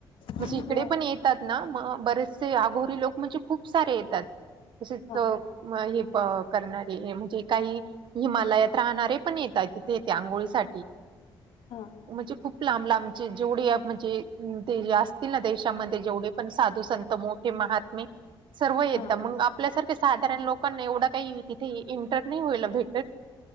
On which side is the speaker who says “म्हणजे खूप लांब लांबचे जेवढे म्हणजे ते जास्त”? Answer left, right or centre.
Right